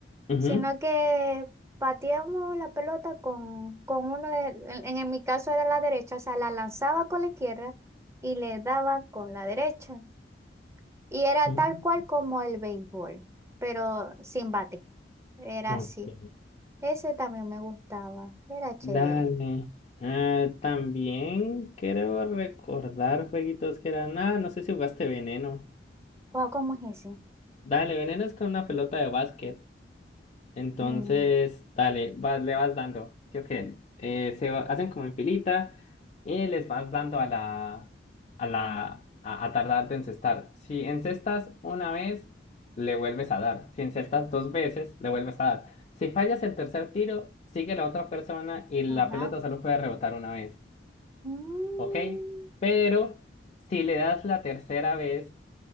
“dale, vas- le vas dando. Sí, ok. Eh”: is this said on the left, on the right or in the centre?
Left